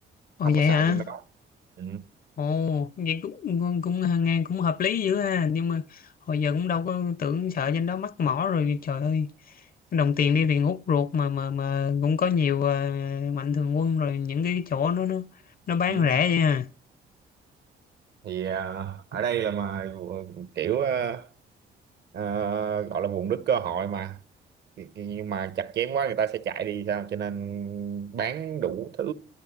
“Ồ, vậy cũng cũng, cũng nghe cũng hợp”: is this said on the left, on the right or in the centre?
Left